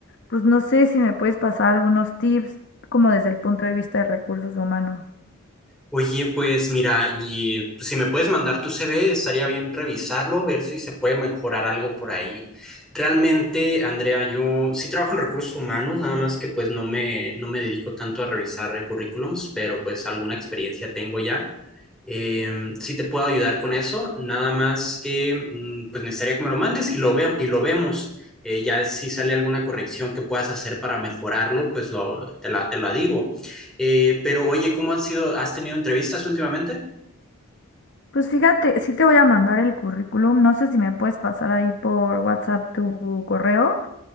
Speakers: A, on the left; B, in the centre.
A: pues no sé si me puedes pasar algunos tips como desde el punto de vista de recursos humanos.
B: Oye, pues mira, y pues, si me puedes mandar tu CV, estaría bien revisarlo, ver si se puede mejorar algo por ahí. Realmente, Andrea, yo sí trabajo en recursos humanos, nada más que pues no me, no me dedico tanto a revisar eh, currículums, pero pues alguna experiencia tengo ya. Em, sí te puedo ayudar con eso, nada más que mm, pues necesitaría que me lo mandes y lo veam- y lo vemos. Eh, ya si sale alguna corrección que puedas hacer para mejorarlo, pues lo, te la, te la digo. Eh, pero oye, ¿cómo han sido? ¿Has tenido entrevistas últimamente?
A: Pues fíjate, sí te voy a mandar el currículum. No sé si me puedes pasar ahí por WhatsApp tu correo